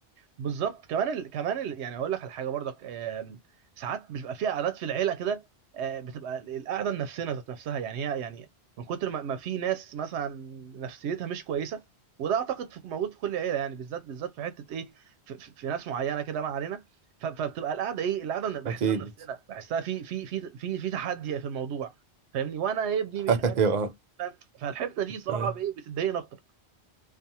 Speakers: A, on the right; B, on the right.
A: بالظبط كمان ال... كمان ال... يعني هقول لك على حاجه برضك آم، ساعات بتبقى في قعدات في العيله كده آه، بتبقى ال- القعده النفسيه ذات نفسها يعني هي يعني من كتر ما ما في ناس مثلا نفسيتها مش كويسه وده اعتقد في- موجود في كل عيله يعني بالذات بالذات في حته ايه في, في في ناس معينه كده ما علينا ف- فبتبقى القعده ايه القعده أنا بحسها
B: أكيد
A: نفسنا بحسها في في في في في تحدي في الموضوع فاهمني وانا يا ابني
B: <laughs>
A: مش عارف فاهم؟ فالحته دي صراحه
B: أيوه
A: بايه بتضايقني اكتر